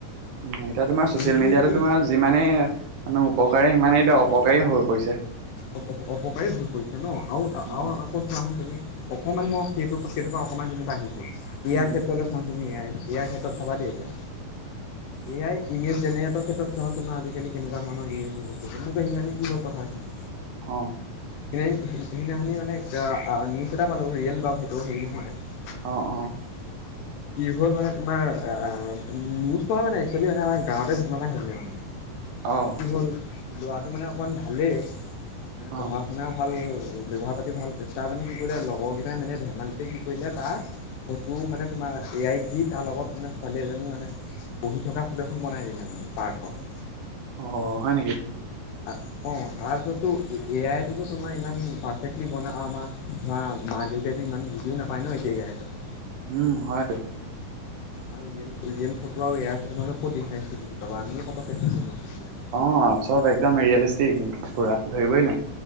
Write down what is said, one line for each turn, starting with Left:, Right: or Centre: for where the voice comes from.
Right: উম এতিয়া তোমাৰ ছচিয়েল
Left: কিন্তু
Right: মিডিয়া
Left: ই
Right: তোমাৰ যিমানেই মানে উপকাৰী সিমানেই এতিয়া অপকাৰী হৈ পৰিছে।
Left: অপ অপকাৰী হৈ পৰিছে ন আউ
Right: উম,
Left: আউ আকৌ চোৱাচোন তুমি অকনমান মই সেইটো সেইটো পা অকমান যেতিবা আহিছো এ
Right: উম,
Left: আই ক্ষেত্ৰলৈ চোৱা তুমি এ আই এ আই ক্ষেত্ৰত চাবা দেই এতিয়া।
Right: <inaudible>
Left: এ আই ইমেজ জেনেৰেটৰ ক্ষেত্ৰত চোৱা তুমি আজিকালি কেনেকুৱা ধৰণৰ ইমেজ জেনেৰেট কৰিছে মোত সেদিনাখনি কি হ'ল কথাখিনি
Right: অ'।
Left: সে সে সেইদিনাখনি মানে আ আ নিউজ এটা পালোঁ ৰিয়েল বাউ সেইটো হেৰি নহয়।
Right: অ', অ',
Left: তুমি কি হ'ল মানে তোমাৰ আ নিউজ নহয় মানে একুৱেলি মানে আমাৰ গাঁৱতে ঘটনা এটা ঘটিলে মানে।
Right: অ'।
Left: কি হল ল'ৰাটো মানে অকমান ভালেই এ
Right: অ',
Left: পঢ়া শুনা ভাল ব্যৱহাৰ পাতি ভাল তাৰ মানে কি কৰিলে লগৰ গিটাই মানে ধেমালিতে কি কৰিলে তাৰ ফটো মানে তোমাৰ এ আইত দি তাৰ লগত মানে ছোৱালী এজনী মানে বহি থকা ফটো এখন বনাই দিলে মানে পাৰ্কত।
Right: অ', হয় নিকি?
Left: অ', তাৰপিছত ত এ এ আইটোত তোমাৰ ইমান পাৰফেক্টলি বনা আমা ধৰা মা দেউত তেটো ইমান বুজিও নাপায় ন এ আইৰ কথা।
Right: উম হয়টো।
Left: আৰু ৰিয়েল ৰিয়েল ফটো আৰু এ আইৰ ফটোৰ মাজত কত ডিফাৰেঞ্চ বুজি পাব আমিয়ে পতকে ধৰিব নোৱাৰো কোনটো ৰি
Right: অ চব একদম ৰিয়েলষ্টিক পুৰা। ধৰিবই নোৱাৰি।